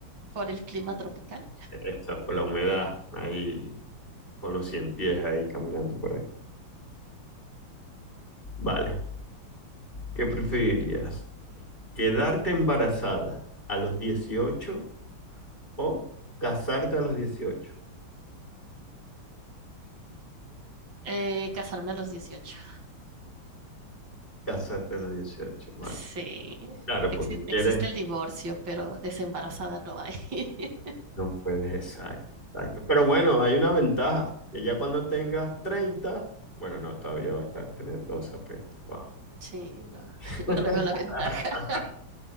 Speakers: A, on the right; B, on the left.
A: por el clima tropical.
B: Eso es por la humedad, ahí con los cien pies ahí caminando por ahí. <laughs> Vale, ¿qué preferirías? ¿Quedarte embarazada a los dieciocho. O casarte a los dieciocho
A: Eh, casarme a los dieciocho
B: Casarte a los dieciocho vale.
A: Sí,
B: Claro,
A: Exi-
B: porque
A: existe
B: quieres,
A: el divorcio, pero desembarazada no hay. <laughs>
B: no puedes, exacto, exacto. Pero bueno, hay una ventaja, que ya cuando tengas treinta bueno, no, todavía va a estar tener 12 apenas. Wow.
A: Sí, no,
B: <laughs>
A: <laughs> no le veo la ventaja,